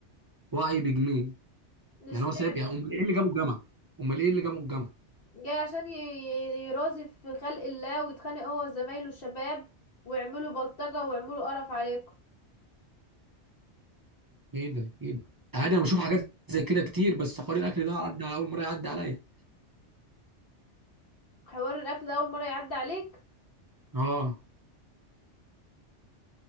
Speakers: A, on the right; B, on the left.
A: وعي بجنيه
B: اشمعنى
A: يعني هو سايب يعني امال ايه اللي جابه الجامعه امال ايه اللي جابه الجامعه
B: جاي عشان ي- ي- يرازي في خلق الله ويتخانق هو وزمايله الشباب ويعملوا بلطجة ويعملوا قرف عليكم
A: ايه ده ايه ده عادي انا بشوف حاجات زي كده كتير بس حوار الاكل ده عدى اول مره يعدي عليا
B: حوار الاكل ده اول مرة يعدي عليك
A: اه